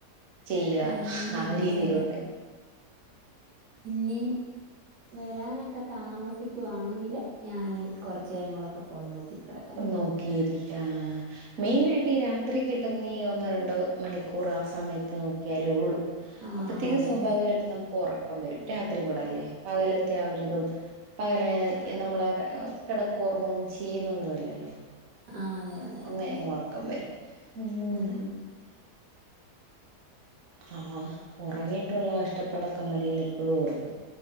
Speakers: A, on the right; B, on the right.
A: ചെയ്യാ
B: ഞാനും
A: ആ
B: അങ്ങനെ
A: രീതിയിലോട്ടായി
B: തന്നെ നീൻ വരാനൊക്ക താമസിക്കുവാണെങ്കില് ഞാന് കൊറച്ച് നേരം കൂടൊക്ക ഫോൺ നോക്കി കെടക്കും
A: നോക്കിയരിക്കും അഹ് മെയിനായിട്ട് ഈ രാത്രി കിട്ടുന്നീ ഒന്നോ രണ്ടോ മണിക്കൂറ് ആ സമയത്ത് നോക്കിയാലേ ഉള്ളു
B: ആഹ്
A: അപ്പത്തേക്ക്
B: അതെ
A: സ്വാഭാവികായിട്ടും
B: അതെ അതെ
A: നമുക്ക് ഒറ ക്കം വരും രാത്രിയും കൂടല്ലേ പകലത്തെ ആ ഒരിതും പകലങ്ങനെ
B: ആഹ്
A: ഇ നമ്മള് കേടക്കോം ഒറങ്ങോ ഒന്നും ചെയ്യുന്നൊന്നും ഇല്ലല്ലോ
B: ആഹ് അതെ അതെ
A: അങ്ങനെയങ്ങ്
B: അതെ
A: ഒറക്കം വരും മ്മ്
B: ഉം
A: ആഹ്‌ ഒറങ്ങീട്ടൊള്ള കഷ്ടപ്പാടക്ക മതീന്ന് ഇപ്പഴും ഓർക്കും